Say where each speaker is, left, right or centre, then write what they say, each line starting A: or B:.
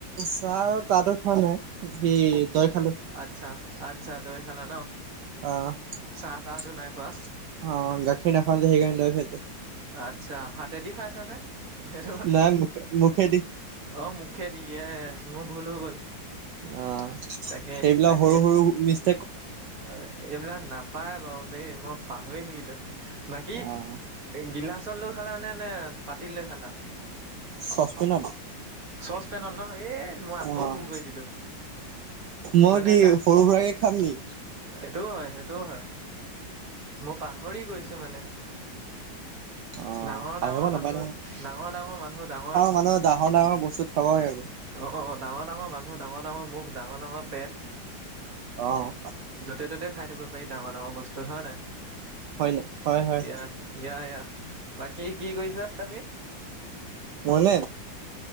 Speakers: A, on the right; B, on the right.
A: চাহ-তাহটো খোৱা নাই কি ত‌ই <unintelligible>
B: আচ্ছা-আচ্ছা দৈ খালা ন <unintelligible>
A: অ
B: চাহ
A: <inaudible>
B: তাহটো নাই খোৱা?
A: অ গাখীৰ নাখাওঁ যে সেইকাৰণে খাইছ <unintelligible>
B: আচ্ছা হাতেদি খাইছানে <unintelligible> বনা
A: নাই মুখ মুখেদি
B: অ মুখে দিয়ে <unintelligible> মোৰ ভুল হৈ গ'ল <unintelligible>
A: অ'
B: তাকে
A: সেইবিলাক
B: তাকে
A: সৰু-সৰু <unintelligible>
B: <unintelligible> এইবিলাক নাপায় বাৰু দেই মই পাহৰি থাকিলো বাকী
A: অ',
B: এই গিলাচ <unintelligible> লৈ খালা নে, নে বাতি লৈ খালা
A: চচপেনত
B: চচপেনত ন <unintelligible> এ মই আকৌ
A: অ',
B: ভুল কৰি দিলো
A: মই
B: মানে
A: কি
B: দা
A: সৰু সুৰাকে খাম নি?
B: <unintelligible> এইটোও হয় <unintelligible> সেইটো হয় মই পাহৰি গৈছো মানে <unintelligible>
A: অ',
B: ডাঙৰ-ডাঙৰ
A: পাৰিব নাপায়
B: মানুহ,
A: নহয়।
B: ডাঙৰ-ডাঙৰ মানুহ ডাঙৰ
A: মানুহ ডাঙৰ ডাঙৰ
B: <unintelligible>
A: বস্তুত খাবই আকৌ
B: অ' ডাঙৰ-ডাঙৰ মানুহ, ডাঙৰ-ডাঙৰ মুখ, ডাঙৰ-ডাঙৰ পেট <unintelligible>
A: অ',
B: য'তে ত'তে খাই দিব পাৰি। ডাঙৰ ডাঙৰ বস্তু হয় নহয়।
A: হয় ন হয় হয়
B: ইয়া ইয়া ইয়া বাকী কি কৰিছা তুমি
A: মোৰ